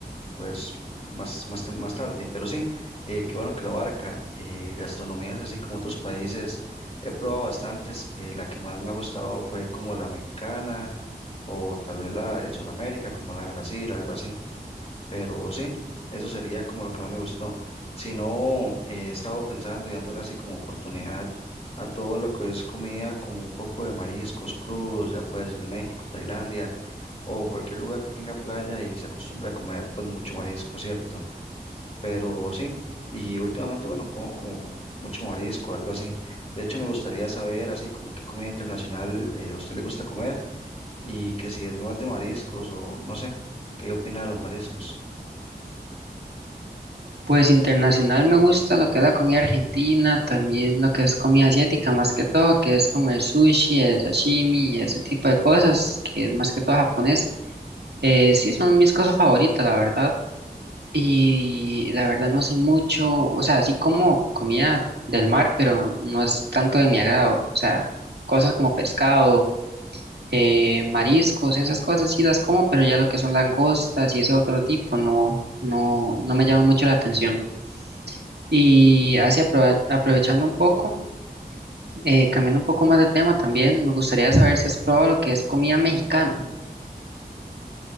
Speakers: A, on the left (about 40°); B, on the right (about 85°).
A: pues más, más, tem- más tarde, pero sí, eh, qué bueno que lo abarca. eh, gastronomías así como otros países, he probado bastantes. eh, la que más me ha gustado fue como la mexicana o tal vez la de Sudamérica, como la de Brasil, algo así. Pero sí, eso sería como lo que más me gustó. Si no, eh, he estado pensando y dándole así como oportunidad a todo lo que es comida, como un poco de mariscos crudos, ya puede ser de México, Tailandia o cualquier lugar que tenga playa y se acostumbre a comer pues mucho marisco, ¿cierto? Pero sí, y últimamente, bueno, como como mucho marisco, algo así. De hecho, me gustaría saber así como qué comida internacional eh, a usted le gusta comer y que si es más de mariscos o no sé, ¿qué opina de los mariscos?
B: Pues internacional me gusta lo que es la comida argentina, también lo que es comida asiática, más que todo, que es como el sushi, el sashimi, ese tipo de cosas, que es más que todo japonés. Eh, sí, son mis cosas favoritas, la verdad. Y la verdad no sé mucho, o sea, así como comida del mar, pero no es tanto de mi agrado. O sea, cosas como pescado, eh, mariscos, esas cosas sí las como, pero ya lo que son langostas y ese otro tipo no, no, no me llama mucho la atención. Y así aprove- aprovechando un poco, eh, cambiando un poco más de tema también, me gustaría saber si has probado lo que es comida mexicana.